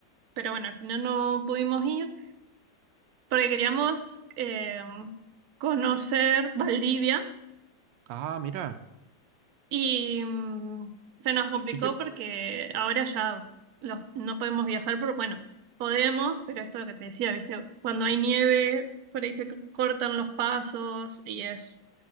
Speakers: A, on the right; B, on the right.
A: pero bueno, al final no pudimos ir. porque queríamos eh, conocer Valdivia
B: ah, mira.
A: y mm, se nos complicó
B: Y que
A: porque ahora ya los- no podemos viajar, pero bueno, podemos, pero esto es lo que te decía, ¿viste? Cuando hay nieve, por ahí se c- cortan los pasos y es